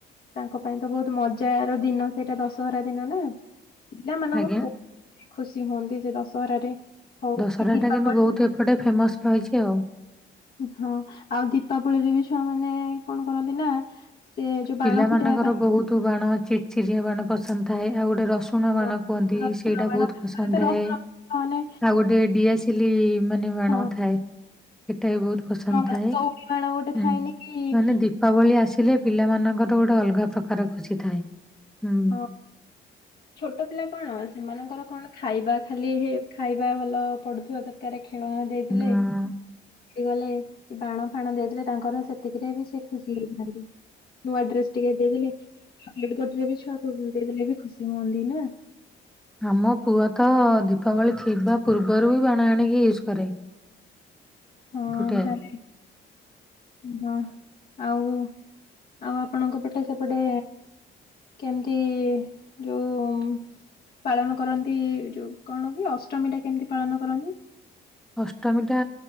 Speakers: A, on the left; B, in the centre.
A: ତାଙ୍କ ପାଇଁ ତ ବହୁତ ମଜାର ଦିନ ସେଇଟା ଦଶହରା ଦିନ ନା। ପିଲାମାନଙ୍କୁ
B: ଆଜ୍ଞା
A: ବହୁତ ଖୁସି ହୁଅନ୍ତି। ଯେ ଦଶହରାରେ ହଉ କି
B: ବଜାରଟା
A: ଦୀପାବଳି
B: କିନ୍ତୁ ବହୁତ ଏପଟେ ଫେମସ୍ ରହିଛି ଆଉ।
A: ହଁ ଆଉ ଦୀପାବଳିକି ବି ଛୁଆ ମାନେ କଣ କରନ୍ତି ନା। ସେ ଯୋଉ ବାଣ
B: ପିଲାମାନଙ୍କର
A: ଫୁଟେଇବା
B: ବହୁତ ବାଣ ଚିଚିରି ବାଣ ପସନ୍ଦ ଥାଏ। ଆଉ ଗୋଟେ ରସୁଣ
A: ପାଇଁ
B: ବାଣ। କୁହନ୍ତି
A: ରସୁଣ
B: ସେଇଟା
A: ବାଣ
B: ବହୁତ
A: ଖାସ
B: ପସନ୍ଦ
A: କରି ତ
B: ଥାଏ।
A: ରସୁଣ ବାଣ ମାନେ
B: ଆଉ ଗୋଟେ ଡିଆ ସିଲି ମାନେ ବାଣ
A: ହଁ
B: ଥାଏ। ସେଟା ବହୁତ ପସନ୍ଦ
A: ରସୁଣ ବାଣ,
B: ଥାଏ।
A: ଦଉଡି ବାଣ ଗୋଟେ
B: ହୁଁ
A: ଥାଏନି କି
B: ମାନେ ଦି ଦୀପାବଳି ଆସିଲେ ପିଲାମାନଙ୍କର ଗୋଟେ ଅଲଗା ପ୍ରକାର ଖୁସି ଥାଏ। ହୁଁ।
A: ହଁ ଛୋଟ ପିଲା କଣ ସେମାନଙ୍କର କଣ ଖାଇବା ଖାଲିରେ ଖାଇ ଖିଇବା ଭଲ ପଡୁଥିବା ଦରକାର ଖେଳଣା ଦେଇଥିଲେ।
B: ହଁ,
A: ଗଲେ କି ବାଣ ଫାଣ ଦେଇଥିଲେ ତାଙ୍କର ସେ ସେଥିରେବି ସେ ଖୁସି ହେଇଥାନ୍ତି। ନୂଆ ଡ୍ରେସ ଟିକେ ଦେଇଦଲେ <unintelligible> ବାପ ପୁଅ ଦେଇ ଦେଲେ ବି ଖୁସି ହୁଅନ୍ତି ନା।
B: ଆମ ପୁଅ ତ ଦୀପାବଳି ଥିବା ପୂର୍ବରୁ ବି ବାଣ ଆଣିକି ୟୁଜ୍ କରେ।
A: ହଁ
B: ଫୁଟାଏ
A: ତାହେଲେ ନା ଆଉ ଆଉ ଆପଣଙ୍କ ପଟେ ସେପଟେ କେମିତି ଯୋଉ ପାଳନ କରନ୍ତି। ଯୋଉ କଣ କି ଅଷ୍ଟମୀ ଟା କେମିତି ପାଳନ କରନ୍ତି।
B: ଅଷ୍ଟମୀ ଟା